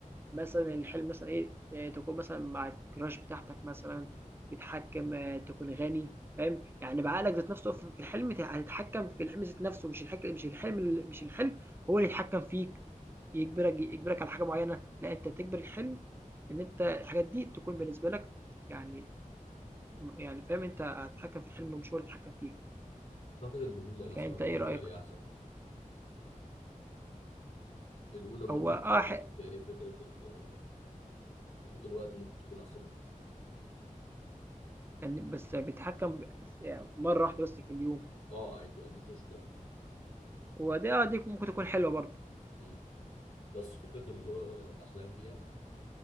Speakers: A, on the right (about 15°); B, on the left (about 45°).
A: مثلا الحلم مثلا إيه ت- تكون مثلا مع الكراش بتاعتك مثلا تتحكم آه، تكون غني فاهم يعني بعقلك ذات نفسه في في الحلم ت- هتتحكم في الحلم ذات نفسه مش الحلم مش الحلم ال- مش الحلم هو اللي يتحكم فيك يجبرك يجبرك على حاجه معينه لا انت تجبر الحلم ان انت الحاجات دي تكون بالنسبه لك يعني م- يعني فاهم أنت هتتحكم في الحلم مش هو اللي يتحكم فيك
B: اعتقد الاولى
A: فأنت
B: مثلا بالنسبه
A: إيه رأيك؟
B: لي احسن يعني. الاولى ممكن
A: هو آه
B: تكون
A: حق
B: بالنسبه لي فكره ال- فكره الوقت ممكن تكون احسن بكتير
A: يعني بس بيتحكم ب- يعني مرة واحدة بس في اليوم
B: اه عادي ما عنديش مشكله
A: ودي آه دي ممكن تكون حلوة برضه
B: مم. بس فكره الاحلام دي يعني،